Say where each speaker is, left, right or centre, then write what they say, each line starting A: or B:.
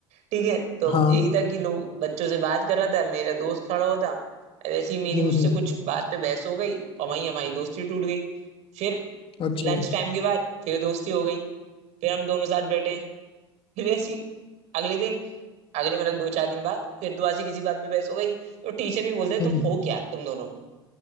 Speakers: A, on the right (about 55°); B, on the left (about 40°).
A: ठीक है तो
B: हाँ
A: यही था कि लोग बच्चों से बात कर रहा था मेरा दोस्त खड़ा हुआ था वैसे ही मेरी
B: हम्म
A: उससे
B: हम्म
A: कुछ बात पे बहस हो गई और वहीं हमारी दोस्ती टूट गई फिर
B: अच्छा
A: लंच टाइम के बाद फिर दोस्ती हो गई फिर हम दोनों साथ बैठे हैं फिर ऐसी अगले दिन अगले मतलब दो चार दिन बाद फिर दोबारा से किसी बात पे बहस हो गई तो टीचर भी बोलते तुम
B: हम्म
A: हो क्या तुम दोनों